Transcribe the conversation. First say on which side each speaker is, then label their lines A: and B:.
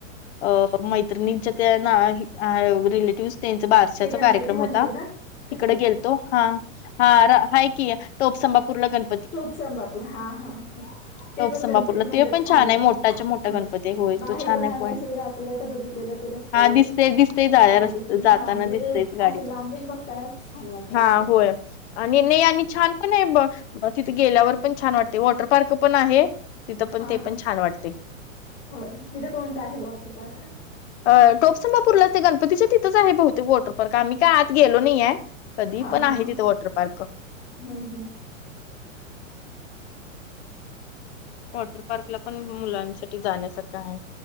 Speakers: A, on the left; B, on the left.
A: अ मैत्रिणींच्या त्या ना ही आ रिलेट त्यांचा बारशाचा
B: ते गणपती
A: कार्यक्रम होता.
B: मंदिर ना
A: तिकड
B: कसलं
A: गेलतो.
B: तरी
A: हा हा रा हाय की टोपसंभापुरला गण
B: टोप संंबापूर हा हा हा. ते
A: टॉप
B: पण
A: संभापूरला
B: गणपती मंदिर
A: ते पण
B: छान आहे.
A: मोठाच्या मोठा
B: हो
A: गणपती आहे. होय
B: बाहेरून
A: तो छान आहे
B: आम्ही
A: पॉईंट
B: असं जाता जाता बघितलेलं ते रस त्यावेळी
A: हा दिसते दिसतेय जा
B: गाडीतून
A: रस्त जाताना
B: हा म्हणजे
A: दिसतेच
B: ते
A: गाडीतून
B: असं लांबून बघतानाच छान वाटायच.
A: हा आणि मी आणि छान काय ब तिथे गेल्यावर पण छान वाटते. वॉटर पार्क पण आहे. तिथं पण
B: हा
A: ते
B: हा
A: पण छान वाटते.
B: होय. तिथं कोणता आहे वॉटर पार्क?
A: अ टोपसंबापूरला ते गणपतीच्या तिथंच आहे बहुतेक वॉटर पार्क आम्ही काय आत गेलो नाही आहे. कधी
B: हा
A: पण
B: हा
A: आहे
B: हा
A: तिथं वॉटर पार्क.
B: हम्म हम्.
A: वॉटर पार्कला पण मुलांसाठी जाण्यासारखं हाय.